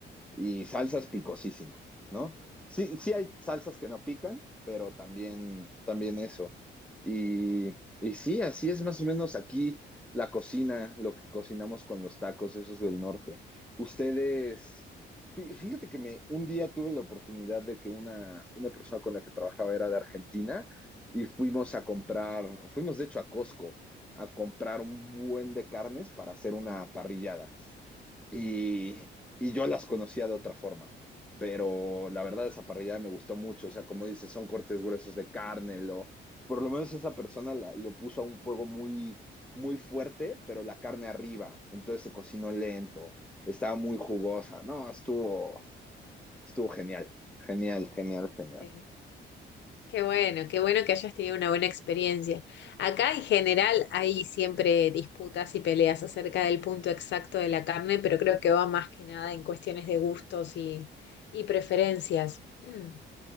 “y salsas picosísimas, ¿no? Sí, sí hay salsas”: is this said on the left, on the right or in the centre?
Centre